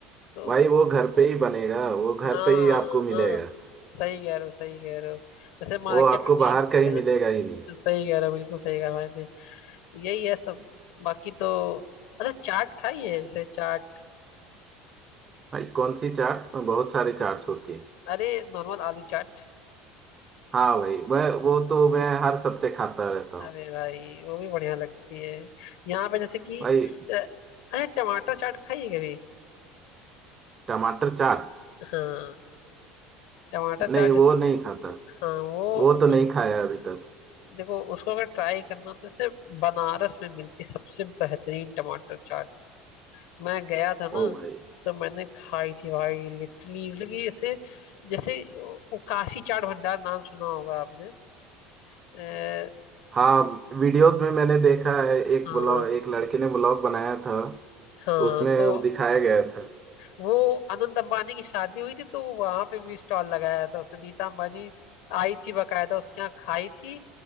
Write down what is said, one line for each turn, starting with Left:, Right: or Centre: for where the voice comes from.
Left: तो
Right: भाई वो घर पे ही बनेगा वो घर
Left: हाँ
Right: पे ही
Left: हाँ
Right: आपको मिलेगा
Left: हाँ सही कह रहे हो सही कह रहे हो जैसे मार्केट
Right: वो आपको
Left: में नहीं
Right: बाहर
Left: मिलेगा
Right: कहीं मिलेगा ही नहीं
Left: तो सही कह रहे हो बिल्कुल सही कहा मैंने यही है सब बाकी तो अच्छा चाट खाई है जैसे चाट
Right: भाई कौन सी चाट बहुत सारी चाट्स होती है
Left: अरे नॉर्मल आलू चाट
Right: हाँ भाई वह वो तो मैं हर सप्ते खाता रहता हूँ
Left: अरे भाई वो भी बढ़िया लगती है यहाँ पे जैसे कि
Right: भाई
Left: अ, अरे टमाटर चाट खाई है कभी
Right: टमाटर चाट
Left: हाँ टमाटर
Right: नहीं
Left: चाट जैसे
Right: वो
Left: कि
Right: नहीं खाता
Left: हाँ वो
Right: वो तो नहीं
Left: एक-
Right: खाया अभी तक
Left: देखो उसको अगर ट्राई करना हो तो जैसे बनारस में मिलती सबसे बेहतरीन टमाटर चाट मैं गया था ना
Right: ओ भाई
Left: तो मैंने खाई थी भाई लिटरली मतलब कि ऐसे जैसे वो काशी चाट भंडार नाम सुना होगा आपने अ,
Right: हाँ
Left: वो-
Right: वीडियोस में मैंने देखा है एक
Left: हाँ
Right: ब्लॉग एक लड़के ने ब्लॉग बनाया था
Left: हाँ
Right: उसमें
Left: तो
Right: दिखाया गया था
Left: वो अनंत अंबानी की शादी हुई थी तो वहां पे भी स्टॉल लगाया था उसने नीता अंबानी आई थी बकायदा उसके यहाँ खाई थी